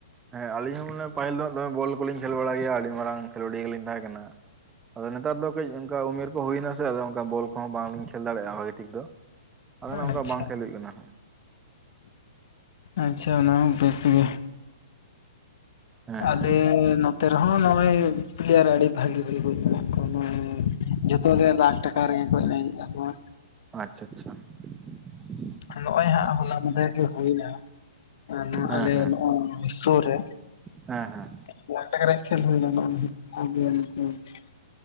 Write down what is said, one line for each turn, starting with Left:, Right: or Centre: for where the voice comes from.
Right: ᱦᱮᱸ ᱟᱹᱞᱤᱧ ᱦᱚᱸ ᱢᱟᱱᱮ ᱯᱟᱹᱦᱤᱞ ᱫᱚ ᱟᱫᱚ ᱵᱚᱞ ᱠᱚᱞᱤᱧ ᱠᱷᱮᱞ ᱵᱟᱲᱟ ᱜᱮᱭᱟ ᱟᱹᱰᱤ ᱢᱟᱨᱟᱝ ᱠᱷᱮᱞᱳᱰᱤᱭᱟᱹ ᱜᱮᱞᱤᱧ ᱛᱟᱦᱮᱸ ᱠᱟᱱᱟ ᱦᱳᱭ ᱱᱮᱛᱟᱨ ᱫᱚ ᱠᱟᱹᱡ ᱚᱱᱠᱟ ᱩᱢᱮᱨ ᱠᱚ ᱦᱩᱭᱱᱟ ᱥᱮ ᱟᱫᱚ ᱚᱝᱠᱟ ᱵᱚᱞ ᱠᱚᱦᱚᱸ ᱵᱟᱝᱞᱤᱧ ᱠᱷᱮᱹᱞ ᱫᱟᱲᱮᱭᱟᱜᱼᱟ ᱦᱳᱭ ᱴᱷᱤᱠ ᱫᱚ ᱟᱫᱚ
Left: ᱟᱪᱪᱷᱟ
Right: ᱚᱱᱠᱟ ᱵᱟᱝ ᱠᱷᱮᱞ ᱦᱩᱭᱩᱜ ᱠᱟᱱᱟ
Left: ᱟᱪᱪᱷᱟ ᱚᱱᱟ ᱦᱚᱸ ᱵᱮᱥ ᱜᱮ
Right: ᱦᱮᱸ ᱦᱮᱸ
Left: ᱟᱞᱮ ᱱᱚᱛᱮ ᱨᱮᱦᱚᱸ ᱱᱚᱜᱼᱚᱭ ᱯᱞᱮᱭᱟᱨ ᱟᱹᱰᱤ ᱵᱷᱟᱹᱜᱤ ᱦᱩᱭᱩᱜᱚᱜ ᱠᱟᱱᱟ᱾ ᱠᱚᱱᱚ ᱡᱚᱛᱚᱜᱮ ᱞᱟᱠᱷ ᱴᱟᱠᱟ ᱨᱮᱜᱮ ᱮᱨᱮᱸᱡᱮᱜᱼᱟ ᱯᱚᱨ
Right: ᱟᱪᱪᱷᱟ ᱟᱪᱪᱷᱟ <unintelligible>
Left: ᱱᱚᱜᱼᱚᱭ ᱦᱟᱸᱜ ᱦᱚᱞᱟ ᱢᱟᱫᱷᱮᱨ ᱜᱮ ᱦᱩᱭᱱᱟ ᱱᱚᱣᱟ
Right: ᱦᱮᱸ
Left: ᱟᱞᱮ
Right: ᱦᱮᱸ
Left: ᱱᱚᱣᱟ ᱥᱩᱨ ᱨᱮ
Right: ᱦᱮᱸ ᱦᱮᱸ
Left: <unintelligible>